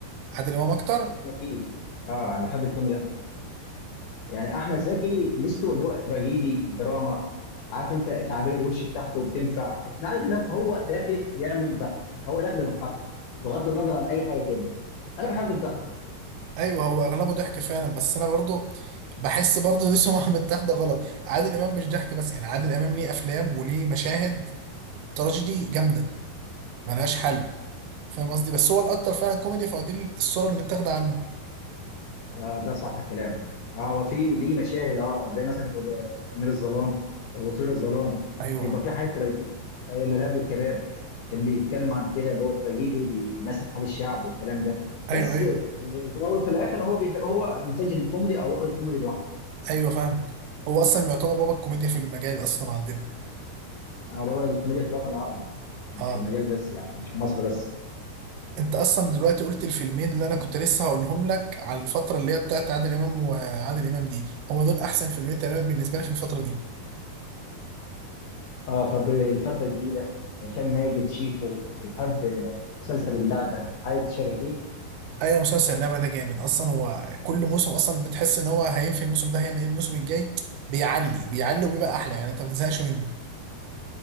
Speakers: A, on the right (about 80°); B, on the left (about 70°).
A: عادل امام اكتر
B: بالتاكيد اه انا بحب الكوميدي اكتر يعني احمد زكي ميزته اللي هو تراجيدي دراما عارف انت تعابير الوش بتاعته بتنفع لكن عادل امام هو داخل يعمل ضحك هو داخل يضحكك بغض النظر عن اي حاجه تاني انا بحب الضحك
A: ايوه هو اغلبه ضحك فعلا بس انا برضو بحس برضو دي سمعه متاخده غلط عادل امام مش ضحك بس يعني عادل امام ليه افلام وليه مشاهد تراجيدي جامده ملهاش حل فاهم قصدي بس هو الاكتر فعلا كوميدي فهو دي الصوره اللي متاخده عنه
B: آه ده صح كلامه اه هو في ليه مشاهد اه زي مثلا في آه، امير الظلام وطير الظلام
A: ايوه
B: بيبقى في حاجات تراجيدي الارهاب والكباب كان بيتكلم عن كده اللي هو تراجيدي بيمثل حال الشعب والكلام ده بس
A: ايوه ايوه
B: آه، في الاول وفي الاخر هو بي... هو متجه للكوميدي او واخد الكوميدي لوحده
A: ايوه فاهمك هو اصلا يعتبر بابا الكوميديا في المجال اصلا عندنا
B: اه بابا الكوميديا في الوطن العربي مش
A: اه
B: في المجال بس يعني مش في مصر بس
A: انت اصلا دلوقتي قلت الفيلمين اللي انا كنت لسه هقولهم لك على الفتره اللي هي بتاعت عادل امام وعادل امام دي هما دول احسن فيلمين تقريبا بالنسبه لي في الفتره دي
B: اه طب الفترة الجديدة هشام ماجد شيكو بتحب آه، مسلسل اللعبة حاجة شبه دي
A: ايوه مسلسل اللعبه ده جامد اصلا هو كل موسم اصلا بتحس ان هو هينفي الموسم ده هيعمل ايه الموسم الجاي بيعلي بيعلي وبيبقى احلى يعني انت ما بتزهقش منه